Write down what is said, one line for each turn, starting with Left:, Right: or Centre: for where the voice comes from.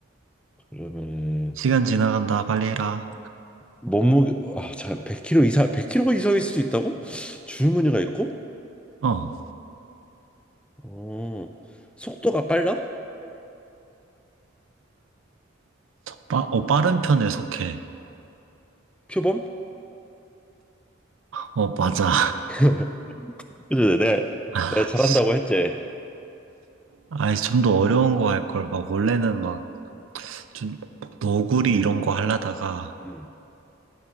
Centre: 그러면은
Right: 시간 지나간다. 빨리 해라.
Centre: 몸무게 아자 100kg 이상 100kg 이상일 수도 있다고? 줄무늬가 있고?
Right: 어,
Centre: 어 속도가 빨라?
Right: 빠, 어, 빠른 편에 속해.
Centre: 표범?
Right: 어, 맞아.
Centre: <laughs> 그래 내가
Right: <laughs>
Centre: 내가 잘한다고 했지.
Right: 아이, 좀 더 어려운 거 할 걸. 막, 원래는 막, 좀, 너구리 이런 거 하려다가,
Centre: 음,